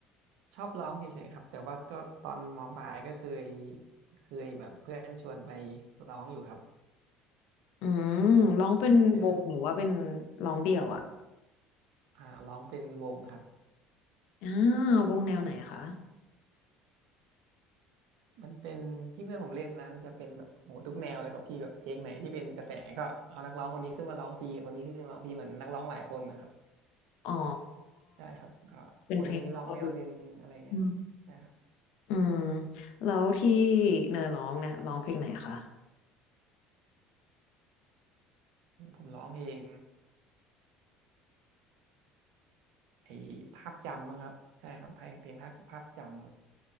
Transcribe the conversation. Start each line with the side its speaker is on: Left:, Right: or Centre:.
Right: ชอบร้องเฉยๆครับแต่ว่าก็ตอนมปลายก็เคยเคยแบบเพื่อนชวนไปร้องอยู่ครับ
Left: อืมร้องเป็นวงหรือว่าเป็น
Right: ใช่ครับ
Left: ร้องเดี่ยวอะ
Right: อ่าร้องเป็นวงครับ
Left: อ่าววงแนวไหนคะ
Right: มันเป็นที่เพื่อนผมเล่นนะมันจะเป็นแบบโหทุกแนวเลยครับพี่แบบเพลงไหนที่เป็นกระแสก็เอานักร้องคนนี้ขึ้นมาร้องทีคนนี้ขึ้นมาร้องทีเหมือนนักร้องหลายคนนะครับ
Left: อ๋อ
Right: ใช่ครับก็คนนี้ร้องแนวหนึ่งอะไรเงี้ยครับใช่ครับ
Left: เป็นเพลง cover อืมอืมแล้วที่เนยร้องเนี่ยร้องเพลงไหนคะ
Right: ผมร้องเพลงไอ้ภาพจำมั้งครับใช่ครับเพลงเพลงภาพภาพจำครับ